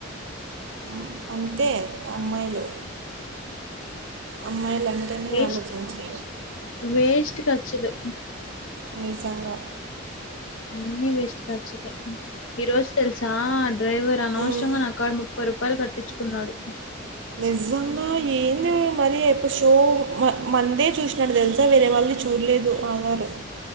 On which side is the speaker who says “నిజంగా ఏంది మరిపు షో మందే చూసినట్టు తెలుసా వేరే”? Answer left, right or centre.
Right